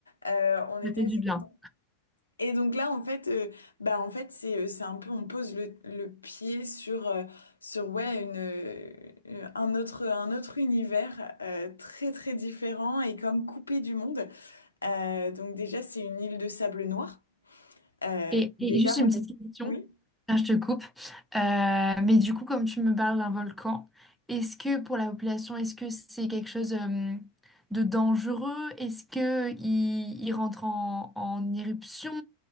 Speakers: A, on the left (about 80°); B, in the centre.
A: euh, on était
B: ça fait
A: assez
B: du bien.
A: contents. Et donc là, en fait, euh, bah en fait, c'est euh, c'est un peu, on pose le, le pied sur euh, sur ouais une euh, un autre un autre univers euh, très très différent et comme coupé du monde. Euh, donc déjà, c'est une île de sable noir. Euh,
B: Et, et
A: déjà
B: juste
A: moi,
B: une petite question,
A: oui.
B: Là, je te coupe. Euh, mais du coup, comme tu me parles d'un volcan, est-ce que pour la population, est-ce que c'est quelque chose euh, de dangereux? Est-ce que il, il rentre en, en éruption?